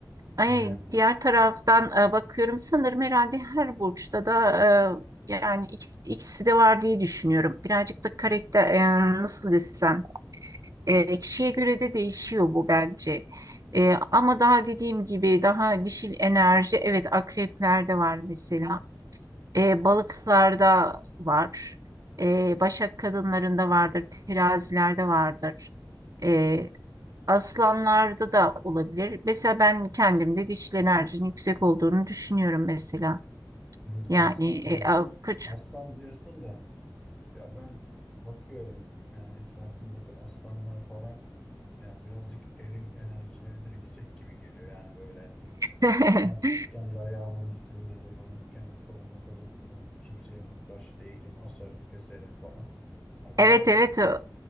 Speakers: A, on the right (about 50°); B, in the centre.
A: Ay,
B: Yani,
A: diğer taraftan e, bakıyorum sanırım herhalde her burçta da e, yani ik- ikisi de var diye düşünüyorum. Birazcık da karakter e, nasıl desem e, kişiye göre de değişiyor bu bence. E, ama daha dediğim gibi daha dişil enerji evet akreplerde var mesela. E, balıklarda var. E, başak kadınlarında vardır. Terazilerde vardır. E, Aslanlarda da olabilir. Mesela ben kendimde dişil enerjinin yüksek olduğunu düşünüyorum mesela.
B: şimdi bu
A: Yani
B: aslan diyorsun,
A: e, a- kaç-
B: aslan diyorsun da ya ben bakıyorum yani etrafımdaki aslanlar falan yani birazcık eril enerjileri de yüksek gibi geliyor. Yani böyle
A: <laughs>
B: ben kendi ayağımın üstünde dururum, kendi paramı kazanırım, kimseye muhtaç değilim, asarım, keserim falan. Yani bunlar
A: Evet evet
B: pek-
A: o-